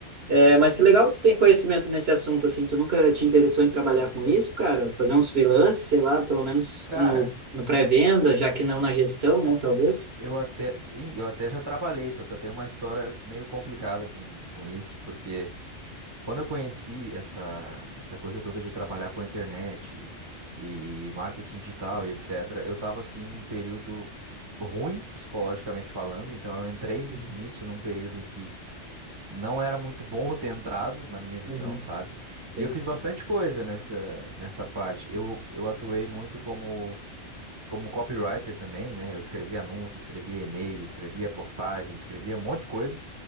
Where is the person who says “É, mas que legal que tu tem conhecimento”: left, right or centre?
Right